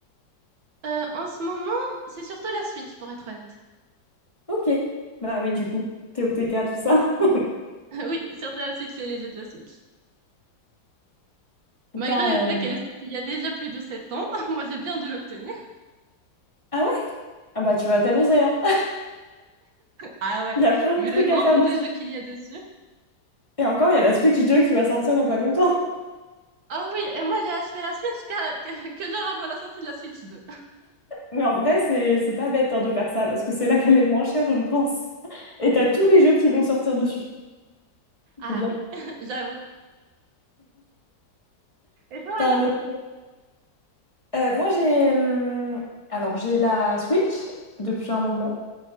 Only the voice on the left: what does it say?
Ok. Bah oui, du coup, TOTK, tout ça. <laughs>
T'as,
euh,
Ah ouais? Ah bah tu vas t'amuser, hein. <laughs>
Il y a plein de
trucs
à faire dessus.
Et encore, il y a la Switch 2 qui va sortir dans pas longtemps.
Mais en vrai, c'est c'est pas bête hein, de faire ça, parce que c'est là qu'elle est le moins chère, je pense. Et t'as tous les jeux qui vont sortir dessus.
C'est bien.
T'as
un autre. Euh, moi, j'ai hum, alors j'ai la Switch depuis un moment